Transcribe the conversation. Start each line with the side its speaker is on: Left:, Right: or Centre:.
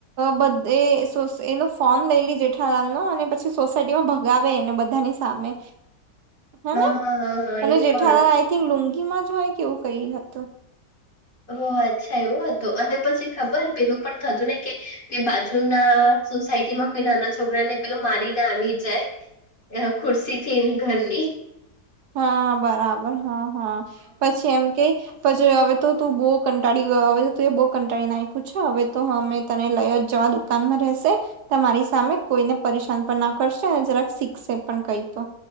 Right: બધ એનું ફોર્મ લઈ લે જેઠાલાલ નો અને પછી સોસાયટીમાં ભગાવે એને બધાની સામે હે
Left: હા
Right: ને
Left: હા હા,
Right: અને
Left: એ
Right: જેઠાલાલ
Left: પણ
Right: આઈ થિંક લુંગી માં જ હોય કે એવું કઈ હતું
Left: ઓ અચ્છા એવું હતું અને પછી ખબર પેલું પણ થતું ને કે કે બાજુ ના સોસાયટી માં કોઈ નાના છોકરા ને પેલો મારીને આવી જાય ને ખુરશી થી એની ઘરની
Right: હા બરાબર હા હા પછી એમ કેય પછી હવે તો તું બો કંટાળી ગયો હવે તો એ બો કંટાળી નાખ્યું છે હવે તો અમે તને લઈ જવા દે દુકાનમાં રહેશે તમારી સામે કોઈને પરેશાન પણ ના કરશે અને જરાક શીખશે પણ કઈ તો